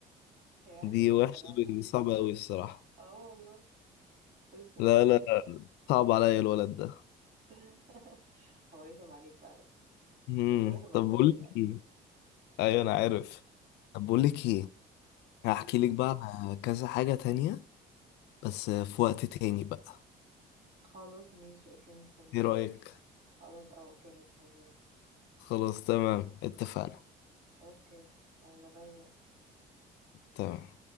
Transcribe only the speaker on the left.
دي
وحشه
قوي دي صعبه قوي الصراحه
لا لا لا صعب عليا الولد ده
مم.
طب بقول لك
ايه ايوه انا عارف
طب بقول لك ايه هحكي
لك بقى على كذا حاجة تانية بس في وقت تاني بقى
ايه رأيك
خلاص تمام اتفقنا
تمام